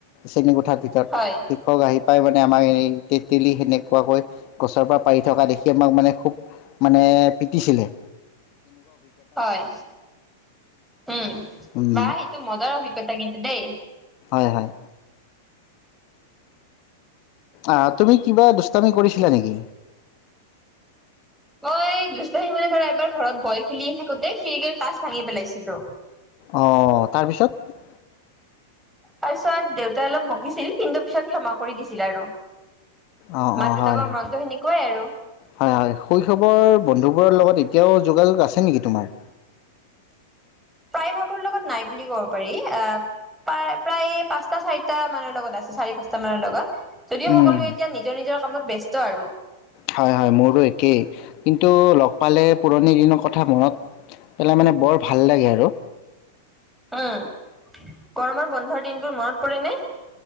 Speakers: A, on the left; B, in the centre.
A: শ্ৰেনীকোঠাৰ ভিতৰত,
B: হয়
A: শিক্ষক আহি পাই মানে। মানে এই তেতেলী সেনেকুৱাকৈ। গছৰ পৰা পাৰি থকা দেখি আমাক মানে খুব। মানে পিটছিলে।
B: হয়, উম
A: উম,
B: বা সেইটো মজা অভিজ্ঞতা কিন্তু দেই।
A: হয় হয়। আহ! তুমি কিবা দুষ্টামি কৰিছিলা নেকি?
B: মই দুষ্টটাহি মানে ধৰা এবাৰ ঘৰত বল খেলি থাকোঁতে খিৰিকি গ্লাছ ভাঙি পেলাইছিলো।
A: অ তাৰপিছত।
B: তাৰপিছত দেউতাই অলপ বকিছিল কিন্তু পিছত ক্ষমা কৰি দিছিল আৰু।
A: অ'
B: মাক
A: অ'
B: দেউতাকৰ
A: হয় হয়।
B: মনতো সেনিক। কয় আৰু।
A: হয় হয় শৈশৱৰ বন্ধুবোৰৰ লগত এতিয়াও যোগাযোগ আছে নেকি তোমাৰ?
B: প্ৰায় ভাগৰ লগত নাই বুলি ক'ব পাৰি আহ প্ৰায় প্ৰায় পাঁচটা ছয়টা মানৰ লগত আছে চাৰি পাঁচটা মানৰ লগত। যদি
A: উম।
B: সকলোৱে এতিয়া নিজৰ নিজৰ কামত ব্যস্ত। ব্যস্ত আৰু।
A: হয় হয় মোৰো একেই কিন্তু লগ পালে পুৰণি দিনৰ কথা মনত পেলাই মানে বৰ ভাল লাগে আৰু।
B: উম গৰমৰ বন্ধৰ দিনবোৰ মনত। পৰে নে?